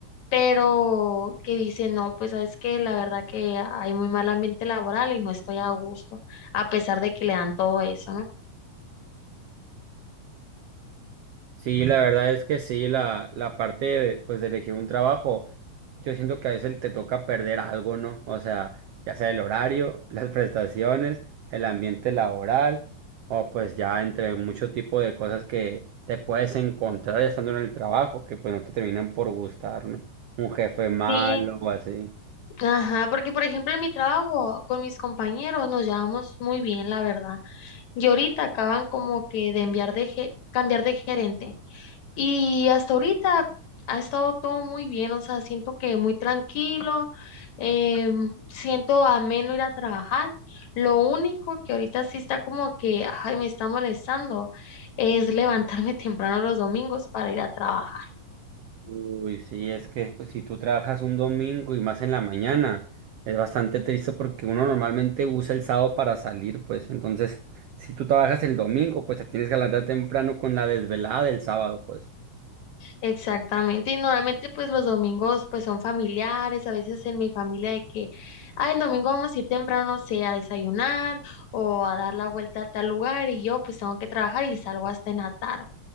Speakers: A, on the left; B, on the right.
A: pero que dicen, no, pues sabes que la verdad que hay muy mal ambiente laboral y no estoy a gusto, a pesar de que le dan todo eso, ¿no?
B: Sí, la verdad es que sí, la, la parte de, pues, de elegir un trabajo, yo siento que a veces te toca perder algo, ¿no? O sea, ya sea el horario, <laughs> las prestaciones, el ambiente laboral, o pues ya entre mucho tipo de cosas que te puedes encontrar estando en el trabajo, que pues no te terminan por gustar, ¿no? Un jefe malo
A: Sí,
B: o así.
A: ajá, porque por ejemplo en mi trabajo con mis compañeros nos llevamos muy bien, la verdad. Y ahorita acaban como que de enviar de ge- cambiar de gerente. Y hasta ahorita ha estado todo muy bien, o sea, siento que muy tranquilo, eh, siento ameno ir a trabajar. Lo único que ahorita sí está como que, ay, me está molestando, es levantarme <laughs> temprano los domingos para ir a trabajar.
B: Uy, sí, es que pues, si tú trabajas un domingo y más en la mañana, es bastante triste porque uno normalmente usa el sábado para salir, pues entonces si tú trabajas el domingo, pues te tienes que levantar temprano con la desvelada del sábado, pues.
A: Exactamente, y normalmente pues los domingos pues son familiares, a veces en mi familia de que, ah, el domingo vamos a ir temprano, no sé, a desayunar o a dar la vuelta a tal lugar y yo pues tengo que trabajar y salgo hasta en la tarde,